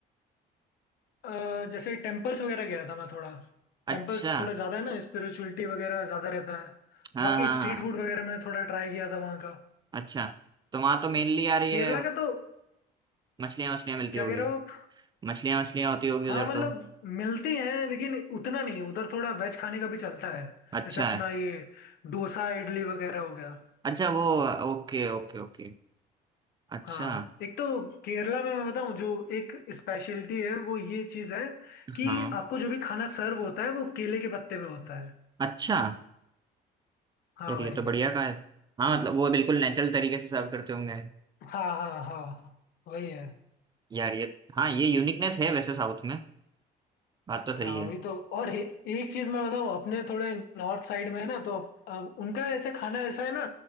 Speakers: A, on the left (about 70°); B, on the right (about 25°).
A: अ, जैसे टेम्पल्स वगैरह गया था मैं थोड़ा
B: अच्छा
A: टेम्पल्स थोड़ा ज़्यादा है ना स्पिरिचुअलिटी वगैरह ज़्यादा रहता है
B: हाँ
A: बाकी
B: हाँ
A: स्ट्रीट
B: हाँ
A: फूड वगैरह मैंने थोड़ा ट्राई किया था वहाँ का
B: अच्छा तो वहां तो मेनली यार ये
A: केरला का तो
B: मछलियाँ मछलियाँ मिलती
A: क्या
B: होगी
A: कह रहे हो आप
B: मछलियाँ मछलियाँ होती होगी
A: हाँ
B: उधर
A: मतलब
B: तो
A: मिलती हैं लेकिन उतना नहीं उधर थोड़ा वेज खाने का भी चलता है
B: अच्छा
A: जैसे अपना
B: है
A: ये डोसा इडली वगैरह हो गया
B: अच्छा वो ओके ओके ओके अच्छा
A: हाँ एक तो केरला में मैं बताऊं जो एक स्पेशलिटी है वो ये चीज है कि
B: हाँ
A: आपको जो भी खाना सर्व होता है वो केले के पत्ते पे होता है
B: अच्छा
A: हाँ
B: यार
A: भाई
B: ये तो बढ़िया का है हाँ मतलब वो बिल्कुल नेचुरल तरीके से सर्व करते होंगे
A: हाँ हाँ हाँ वही है
B: यार ये हाँ ये यूनिकनेस है वैसे साउथ में बात तो सही
A: हाँ
B: है
A: वही तो और ए, एक चीज मैं बताऊँ अपने थोड़े नॉर्थ साइड में है ना तो अब उनका ऐसे खाना ऐसा है ना